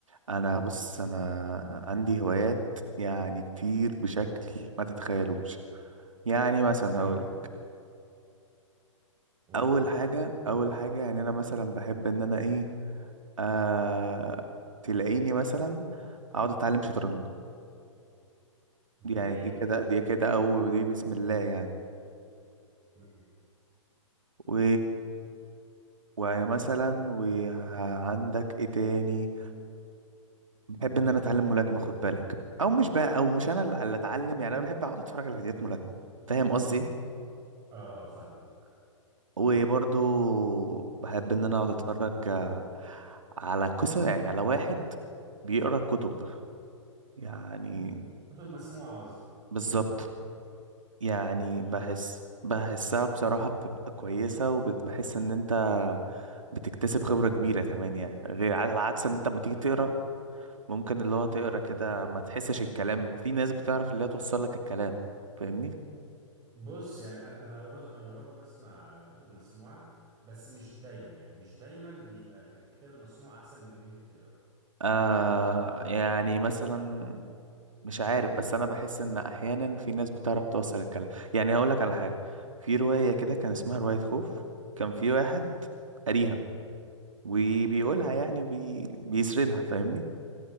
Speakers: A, on the right; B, on the right.
A: انا بص انا عندي هوايات يعني كتير بشكل ما تتخيلوش يعني
B: طب طب
A: مثلا
B: دي حاجة
A: هقول
B: جامدة قول
A: اول حاجه اول حاجه يعني انا مثلا بحب ان انا ايه آه تلاقيني مثلا اقعد اتعلم شطرنج
B: ده
A: دي يعني
B: جامد
A: دي كده دي كده او دي بسم الله يعني
B: مم.
A: و ومثلا وعندك ايه تاني بحب ان انا اتعلم ملاكمه خد بالك او مش بقى او مش انا اللي اتعلم يعني انا بحب اقعد اتفرج على فيديوهات ملاكمه فاهم قصدي
B: اه اه فاهم
A: وبرضو بحب ان انا اقعد اتفرج آه، على قصة يعني على واحد بيقرا كتب يعني
B: كتب مسموعة قصدك
A: بالظبط يعني
B: اوديو
A: بحس
B: بوك
A: بحسها بصراحة بتبقى كويسة وبتحس ان انت بتكتسب خبرة كبيرة كمان يعني غير على عكس ان انت لما تيجي تقرا ممكن اللي هو تقرا كده ما تحسش الكلام في ناس بتعرف اللي هي توصل لك الكلام فاهمني
B: بص يعني انا انا بر- انا برضو بسمع كتب مسموعة بس مش دايما يعني مش دايما بيبقى الكتاب المسموع احسن من ان انت تقرا
A: آه يعني مثلا مش عارف بس انا بحس ان احيانا في ناس بتعرف توصل الكلام يعني هقول لك على حاجه في روايه كده كان اسمها روايه خوف كان في واحد قاريها وبيقولها يعني بي... بيسردها فاهمني